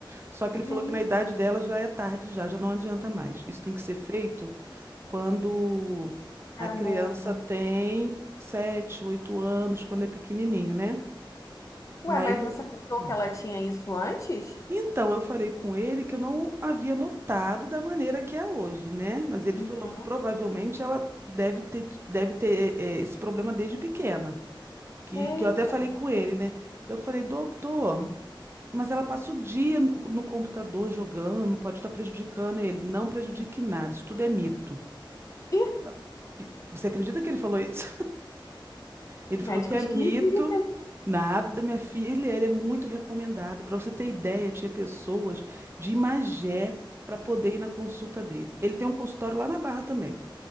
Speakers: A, on the right; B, on the left.
A: Só
B: Gente,
A: que ele falou que na idade dela já é tarde já, já não adianta mais. Isso tem que ser feito quando a
B: é
A: criança
B: novo.
A: tem sete, oito anos, quando é pequenininho, né?
B: Ué,
A: Aí
B: mas
A: ele...
B: você notou
A: Hum.
B: que ela tinha isso antes?
A: Então, eu falei com ele que eu não havia notado da maneira que é hoje, né? Mas ele
B: Uhum.
A: falou que provavelmente ela deve ter, deve ter eh, esse problema desde pequena. Que,
B: Eita.
A: que eu até falei com ele, né? Eu falei, doutor, mas ela passa o dia no, no computador jogando, pode estar prejudicando ele. Não prejudique nada, isso tudo é mito.
B: Ih,
A: Ela, Você acredita que ele falou isso? Ele
B: médico
A: falou que é
B: esquisito.
A: mito.
B: hein?
A: Nada, minha filha, ele é muito recomendado. Para você ter ideia, tinha pessoas de Magé para poder ir na consulta dele. Ele tem um consultório lá na Barra também.